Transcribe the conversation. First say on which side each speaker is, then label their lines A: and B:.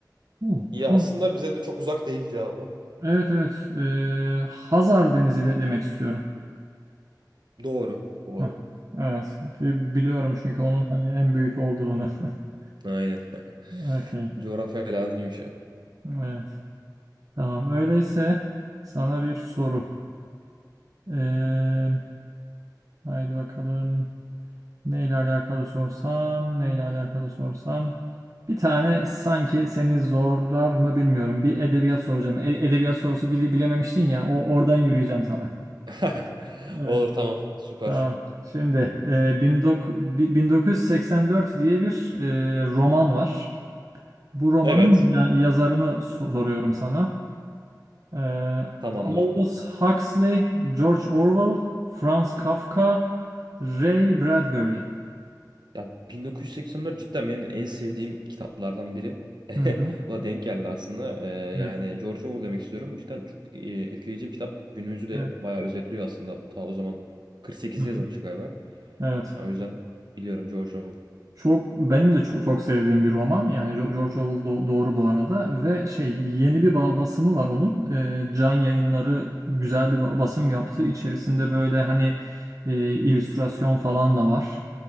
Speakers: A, on the right; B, on the right.
A: Oo,
B: Ya
A: tuz
B: aslında bize de çok uzak değil cevabı.
A: Evet evet. Ee, Hazar Denizi de demek istiyorum.
B: Doğru. Doğru.
A: Hah, evet. Bi- Biliyorum çünkü onun hani en büyük olduğunu. <laughs>
B: Aynen. <laughs>
A: Okay.
B: Coğrafya falan iyiymiş ya.
A: Evet. Tamam. Öyleyse sana bir soru. Ee, haydi bakalım. Neyle alakalı sorsam, neyle alakalı sorsam. Bir tane sanki seni zorlar mı bilmiyorum. Bir edebiyat soracağım. E- edebiyat sorusu bile- bilememiştin ya. O oradan yürüyeceğim sana.
B: <laughs>
A: Evet.
B: Olur tamam. Süper.
A: Tamam. Şimdi e, 19 bi- 1984 diye bir e, roman var. Bu romanın
B: Evet.
A: ya- yazarını so- soruyorum sana. E,
B: Tamamdır.
A: Aldous Huxley, George Orwell, Franz Kafka, Ray Bradbury.
B: Ya 1984 cidden benim en sevdiğim kitaplardan biri. <laughs>
A: Hı hı.
B: O denk geldi aslında. Ee, yani
A: Evet.
B: George Orwell demek istiyorum. Cidden çok e, etkileyici bir kitap. Günümüzü de
A: Evet.
B: bayağı özetliyor aslında. Ta o zaman 48'de
A: Hı hı.
B: yazılmış galiba.
A: Evet.
B: Ya o yüzden biliyorum George Orwell.
A: Çok benim de çok, çok sevdiğim bir roman. Yani Jo- George Orwell do- doğru bu arada ve şey yeni bir ba- basımı var onun. Ee, Can Yayınları güzel bir ba- basım yaptı. İçerisinde böyle hani e, illüstrasyon falan da var.